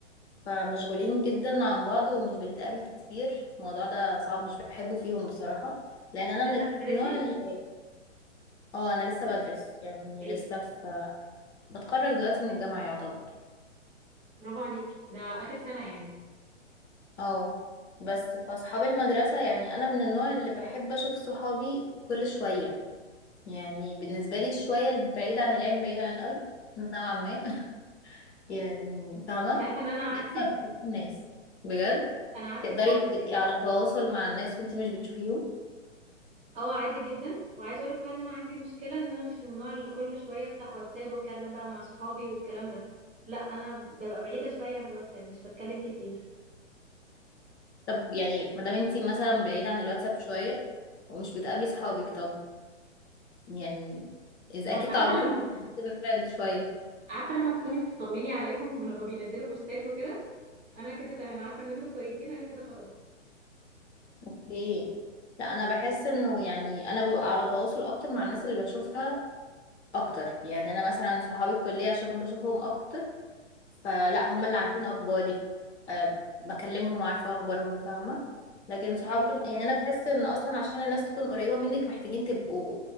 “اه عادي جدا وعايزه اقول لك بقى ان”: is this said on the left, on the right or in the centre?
Right